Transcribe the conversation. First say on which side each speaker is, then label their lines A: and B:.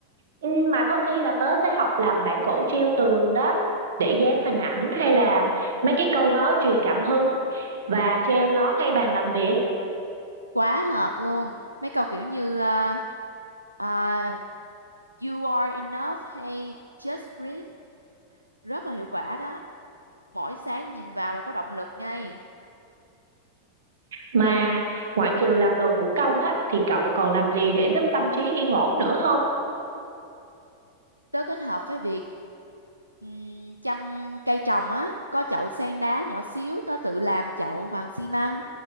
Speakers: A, on the right; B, on the right.
A: Ừm, Mà có khi là tớ sẽ học làm bản gỗ treo tường đó, để dán hình ảnh hay là mấy cái câu nói truyền cảm hứng và treo nó ngay bàn làm việc.
B: Quá hợp luôn. Mấy câu kiểu như à, à, You are enough hay Just breathe rất là hiệu quả đó. mỗi sáng nhìn vào là có động lực ngay
A: Mà ngoại trừ làm đồ thủ công á thì cậu còn làm gì để giúp tâm trí yên ổn nữa không?
B: tớ kết hợp với việc ừm, chăm cây trồng á có chậu sen đá nhỏ xíu tớ tự làm chậu bằng xi măng